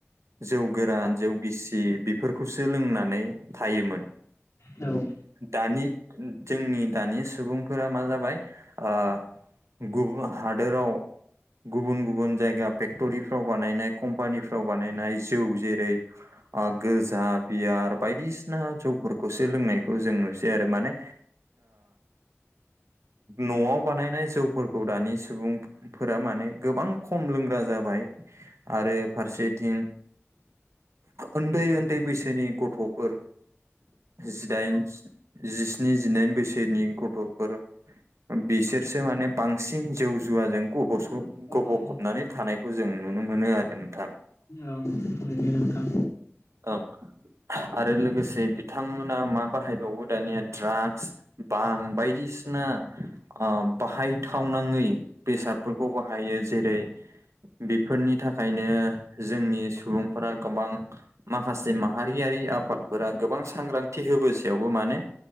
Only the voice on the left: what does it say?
औ
औ
औ
औ
औ नोंगौ नोंथां।